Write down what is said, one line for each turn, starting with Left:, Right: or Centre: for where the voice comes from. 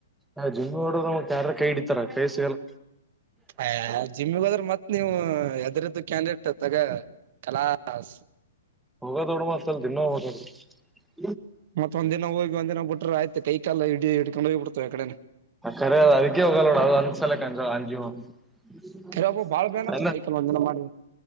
Centre: ಹ ಜಿಮ ಹೊಡ ನ್ ಯಾರ ಕೈ ಹಿಡಿತಾರ ಕೈ ಸಿಗಲ್ಲ.
Right: ಹ ಜಿಮ್ಮಿಗ ಹೋದ್ರೆ ಮತ್ತೆ. ನೀವು ಎದ್ರದ್ದು ಕ್ಯಾಂಡಿಡೇಟ್ ತಗ ಕಲಾಸ್.
Centre: ಹೋಗೋ ದೊಡ ಮತ್ತ ಅಲ್ ದಿನ ಹದಾದ <unintelligible>
Right: ಮತ್ತ ಒಂದ ದಿನ ಹೋಗಿ ಒಂದಿನ ಬುಟ್ಟ. ಆಯ್ತ ಕೈ ಕಾಲ ಇ ಹ ಇಡ್ಕೊಂಡ ಹೋಗ ಬಿಡ್ತವೆ ಆ ಕಡೆ
Centre: ಕರೆ ಅ ಅದಕ್ಕೆ ಹೋಗಲ್ಲೋಡ ಅದು ಅನ್ಸಲಕ್ಕೆ ಅಂಜ ಅಂಜೀವ <unintelligible>
Right: ಕರೆಬ್ಬ ಬಾಳ್ ಬೇನ್
Centre: ಪ
Right: ಆತವ್ ಕೈ ಕಾಲ್ ಒಂದಿನ ಮಾಡಿ